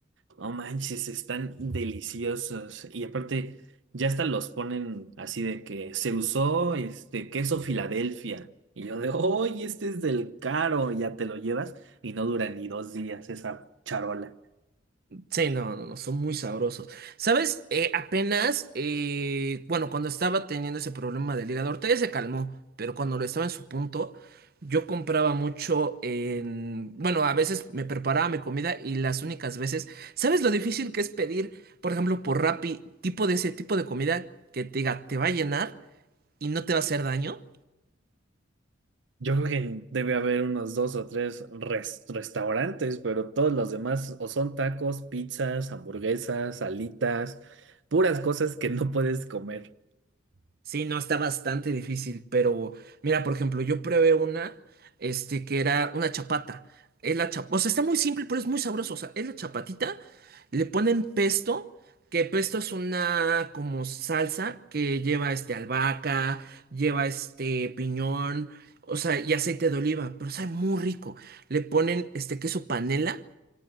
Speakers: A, on the right; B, on the right.
A: No manches, están deliciosos. Y aparte, ya hasta los ponen así de que se usó este queso Filadelfia. Y yo de, hoy este es del caro! Ya te lo llevas y no dura ni dos días esa charola.
B: Sí, no, no, no, son muy sabrosos. ¿Sabes? Eh, apenas, eh, bueno, cuando estaba teniendo ese problema del hígado, ahorita ya se calmó, pero cuando lo estaba en su punto, yo compraba mucho en, bueno, a veces me preparaba mi comida y las únicas veces, ¿sabes lo difícil que es pedir, por ejemplo, por Rappi, tipo de ese tipo de comida que te diga, te va a llenar y no te va a hacer daño?
A: Yo creo que debe haber unos dos o tres res- restaurantes, pero todos los demás o son tacos, pizzas, hamburguesas, alitas, puras cosas que no puedes comer.
B: Sí, no, está bastante difícil, pero mira, por ejemplo, yo probé una, este, que era una chapata. Es la chap- o sea, está muy simple, pero es muy sabroso. O sea, es la chapatita, le ponen pesto, que pesto es una como salsa que lleva este albahaca, lleva este piñón, o sea, y aceite de oliva, pero sabe muy rico. Le ponen este queso panela